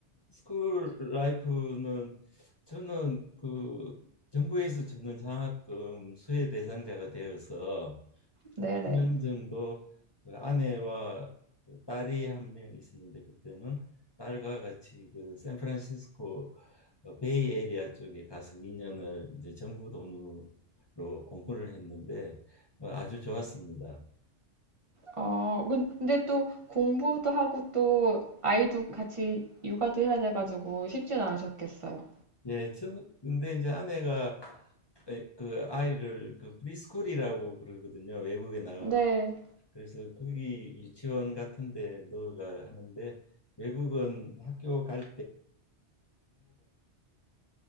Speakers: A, on the left; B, on the right.
A: 스쿨 라이프는 저는 그 정부에서 주는 장학금 수혜 대상자가 되어서
B: 네네.
A: 한 2년 정도 그 아내와 그 딸이 한 명 있었는데 그때는 딸과 같이 그 샌프란시스코 어, 베이 에리아 쪽에 가서 2년을 이제 정부 돈으로 공부를 했는데 어, 아주 좋았습니다.
B: 어, 근- 근데 또 공부도 하고 또 아이도 같이 육아도 해야 돼가지고 쉽진 않으셨겠어요.
A: 예, 저는 근데 이제 아내가 에, 그 아이를 그 프리스쿨이라고 그러거든요. 외국에 나간
B: 네,
A: 그래서 거기 유치원 같은데 넣어가 하는데 외국은 학교 갈